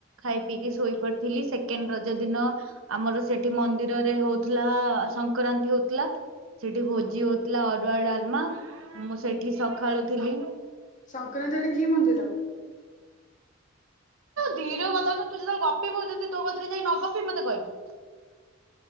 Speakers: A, on the right (about 80°); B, on the left (about 40°).
A: ଖାଇ ପିଇକି ଶୋଇ ପଡିଥିଲି ସେ ସେକେଣ୍ଡ ରଜ ଦିନ ଆମର ସେଠି ମନ୍ଦିରରେ ହଉଥିଲା ସଂକ୍ରାନ୍ତି ହଉଥିଲା। ସେଠି ଭୋଜି ହଉଥିଲା ଅରୁଆ ଡାଲମା ମୁଁ ସେଠି ସଖାଳୁଥିଲି।
B: ସଂକ୍ରାନ୍ତିରେ କି ମନ୍ଦିର?
A: ଧୀରେ କଥା କ ତୁ ଯେତେବେଳେ ଗପିବୁ ଯଦି ତ କଥାରେ ଯାଇ ନ ଗପିବି ମତେ କହିବୁ।